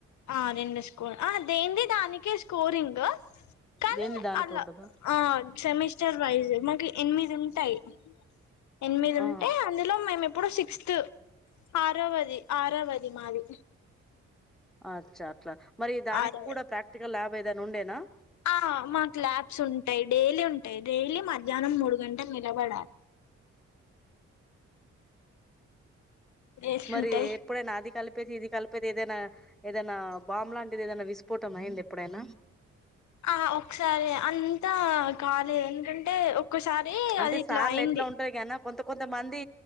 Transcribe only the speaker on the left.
ఆ రెండు స్కోర్ ఆ దేనిది దానికే స్కోరింగ్ కానీ
అలా
ఆ సెమిస్టర్ వైజ్ మాకి ఎనిమిది ఉంటాయి ఎనిమిది
ఉంటే అందులో మేము ఇ ప్పుడు సిక్స్త్ ఆరవది ఆరవది మాది
ఆరవది
ఆ మాకు ల్యాబ్స్ ఉంటాయి డైలీ ఉంటాయి డైలీ మధ్యాహ్నం మూడు గంటలు నిలబడాలి ఏసుంటాయి
ఆ ఒకసారి అంతా కాలేదు ఎందుకంటే ఒ క్కసారి
అది ఇట్లా
అయింది